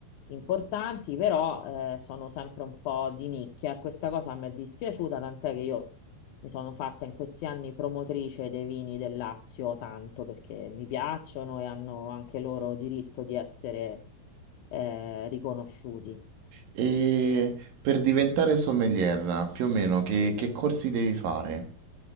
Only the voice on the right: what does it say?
E per diventare sommelier, più o meno, che, che corsi devi fare?